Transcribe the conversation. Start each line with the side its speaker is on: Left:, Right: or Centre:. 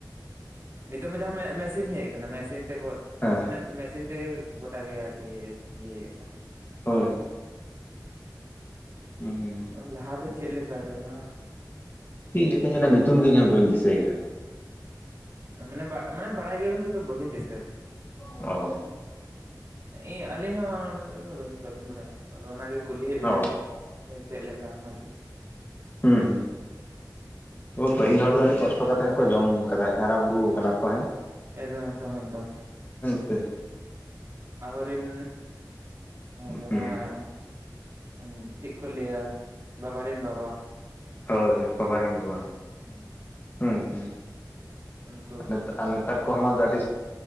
Right: ᱱᱤᱛᱚᱜ ᱢᱟ ᱡᱟᱦᱟᱸ <unintelligible> ᱢᱮᱥᱤᱱ ᱦᱮᱡᱼᱼ ᱢᱮᱥᱤᱱ ᱛᱮ ᱠᱚ
Left: ᱦᱮᱸ
Right: ᱢᱟᱱᱮ ᱢᱮᱥᱤᱱ ᱛᱮᱜᱮ ᱜᱚᱴᱟ ᱜᱮ ᱟᱨᱠᱤ ᱤᱭᱟᱹ ᱠᱚ
Left: ᱦᱳᱭ ᱦᱳᱭ ᱦᱩᱸ
Right: ᱞᱟᱦᱟ ᱛᱮ ᱪᱮᱫ ᱞᱮᱠᱟ ᱡᱚᱱᱟ
Left: ᱪᱮᱫ ᱞᱮᱠᱟ ᱡᱮᱱᱟᱜ ᱧᱩᱛᱩᱢ ᱜᱮ ᱤᱧᱦᱚᱸ ᱵᱟᱹᱧ ᱫᱤᱥᱟᱹᱭ ᱮᱫᱟ
Right: ᱢᱟᱱᱮ ᱵᱟ ᱢᱟᱱᱮ ᱵᱟᱲᱟᱭ ᱜᱮᱭᱟ ᱵᱤᱱ ᱠᱤᱱᱛᱩ ᱵᱟᱹᱵᱤᱱ ᱫᱤᱥᱟᱹᱭ ᱫᱟ
Left: ᱚᱻ
Right: ᱤ ᱟᱹᱞᱤᱧ ᱦᱚᱸ ᱵᱟᱹᱞᱤᱧ ᱵᱟᱲᱟᱭᱟ ᱟᱫᱚ ᱚᱱᱟ ᱜᱮ ᱠᱩᱞᱤᱭ ᱮᱫ ᱵᱮᱱᱟ
Left: ᱚ
Right: ᱞᱤᱧ ᱥᱮ ᱪᱮᱫ ᱞᱮᱠᱟ ᱟᱨᱠᱤᱼᱼ
Left: ᱦᱩᱸ ᱦᱩᱸ ᱛᱚ ᱯᱟᱹᱦᱤᱞ ᱦᱚᱲ ᱫᱚ ᱟᱹᱰᱤ ᱠᱚᱥᱴᱚᱼᱼ ᱛᱚ ᱠᱟᱛᱮ ᱦᱚᱸᱠᱚ ᱡᱚᱢ ᱠᱟᱫᱟ ᱦᱟᱨᱟ ᱵᱩᱨᱩ ᱠᱟᱱᱟ ᱠᱚ ᱦᱮᱸᱼᱼ
Right: ᱮᱫᱚᱢ ᱮᱠᱫᱚᱢ ᱮᱠᱫᱚᱢ
Left: ᱥᱮ
Right: ᱟᱵᱚ ᱨᱤᱱ ᱡᱟᱦᱟᱸ
Left: ᱦᱩᱸ
Right: ᱪᱮᱫ ᱠᱚ ᱞᱟᱹᱭᱟ ᱵᱟᱵᱟ ᱨᱮᱱ ᱵᱟᱵᱟᱼᱼ
Left: ᱦᱳᱭ ᱦᱳᱭ ᱵᱟᱵᱟ ᱨᱮᱱ ᱵᱟᱵᱟ
Right: ᱦᱮᱸ
Left: ᱦᱩᱸ ᱦᱩᱸ
Right: ᱩᱱᱠᱩ
Left: <unintelligible>
Right: ᱜᱮ
Left: ᱱᱮᱛᱟᱨ ᱠᱚᱸ ᱦᱚᱸ ᱟᱹᱰᱤ